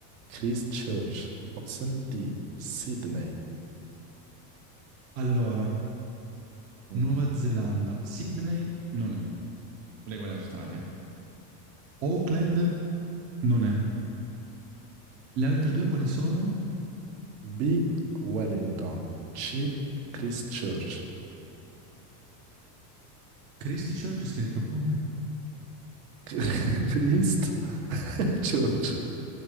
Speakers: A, on the right (about 60°); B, on the right (about 30°).
A: Christchurch. Opzione D, Sydney.
B: Allora,
A: Mm.
B: Nuova Zelanda, Sydney non è. Lei vuole Australia. Oakland non è. Le altre due quali sono?
A: B, Wellington. C, Christchurch.
B: Christchurch è scritto come?
A: <laughs> Christ <laughs> Church.